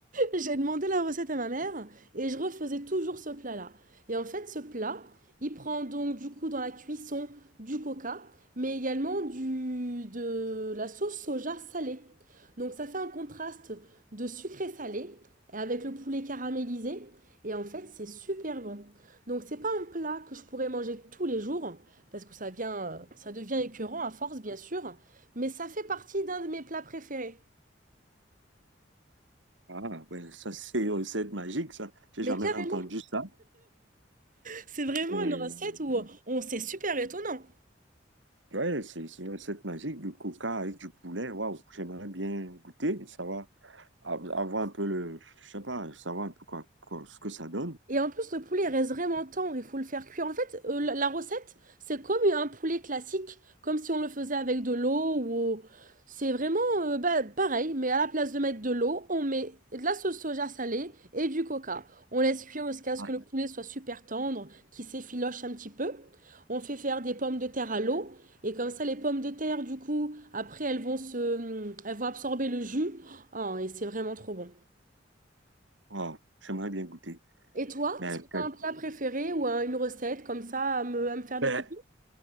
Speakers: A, on the right; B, on the right.
A: <laughs> j'ai demandé la recette à ma mère et je refaisais toujours ce plat-là. Et en fait, ce plat, il prend donc du coup dans la cuisson du coca, mais également du, de la sauce soja salée. Donc ça fait un contraste de sucré salé avec le poulet caramélisé. Et en fait, c'est super bon. Donc c'est pas un plat que je pourrais manger tous les jours parce que ça vient, euh, ça devient écœurant à force bien sûr, mais ça fait partie d'un de mes plats préférés.
B: Ah, ouais, ça c'est une recette magique, ça. J'ai
A: Mais
B: jamais
A: carrément,
B: entendu ça.
A: c'est vraiment
B: Mais...
A: une recette où
B: hmm.
A: on c'est super étonnant.
B: Ouais, c'est c'est une recette magique, du coca avec du poulet. Waouh, j'aimerais bien goûter, savoir, av- avoir un peu le, je sais pas, savoir un peu quoi, quoi- ce que ça donne.
A: Et en plus, le poulet il reste vraiment tendre, il faut le faire cuire. En fait, euh, la, la recette, c'est comme un poulet classique, comme si on le faisait avec de l'eau ou... C'est vraiment euh, bah, pareil, mais à la place de mettre de l'eau, on met de la sauce soja salée et du coca. On laisse cuire jusqu'à ce
B: Ouais.
A: que le poulet soit super tendre, qu'il s'effiloche un petit peu. On fait faire des pommes de terre à l'eau et comme ça, les pommes de terre, du coup, après, elles vont se, elles vont absorber le jus. Ah, et c'est vraiment trop bon.
B: Waouh, j'aimerais bien goûter.
A: Et toi,
B: Ben,
A: est-ce que
B: peut-être.
A: tu as un plat préféré ou un- une recette comme ça à me, à me faire découvrir?
B: Ben.